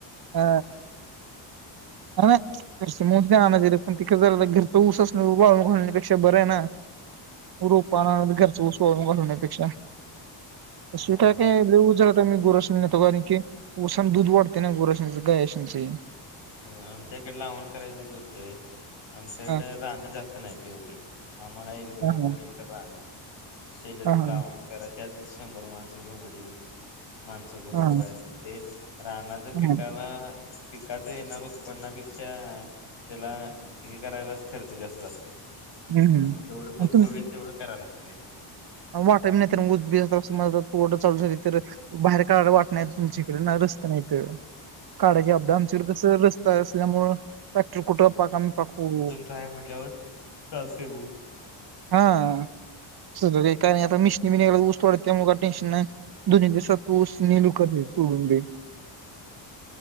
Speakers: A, on the right (about 50°); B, on the left (about 55°).
A: हा अर नही. घरचे म्हणले आणायचे रे पण तिकडे झा घरचं ऊस वाळून घालण्यापेक्षा बरं आहे ना. रोपा आना घरचं उस वाळू घालण्यापेक्षा. अस
B: हा
A: काय काय लई ऊस जरता मी गुरसो कारण की दूध वाढते ना गुरस हं गाया शूनचे
B: व्हय. आमच्या इकड लावन करायचं कसं होतंय? आमच्या
A: हा
B: इकड रानं जास्त नाही तेवढी. आम्हाला एक दोन
A: हा
B: एक
A: हा
B: दोन एकर रानं. त्याच्यात
A: हा
B: बी
A: हा
B: लावण करा, त्यात शंभर माणसं जुमडी. माणसं बोलवा
A: हा
B: बाहेरची ते. राणाच्या पिकाला
A: हा.
B: पिका त येणार उत्पन्नापेक्षा त्याला हे करायलाच खर्च जास्त जाते.
A: हम्म
B: त्यामुळ जेवढ सोपं
A: आणि
B: होईल तेवढं कराव लागते.
A: वाटा नाहीत म ऊस बीस अस तोड चालू झाली तर बाहेर काढायला वाट नही तुमच्याकड ना रस्त नाहीत. काडाची अबदा आमच्याइकडं कस रस्ता असल्यामूळ ट्रॅक्टर कुठं पाक आम्ही पाकू
B: दहा एक म्हटल्यावर चालते ओ.
A: हां, सगळं काही का नही आता मिशनी बि ऊस तोडत्या त्यामूळ काही टेन्शन नाही. दोन एक दिसात ऊस न लू कर तोडून दे.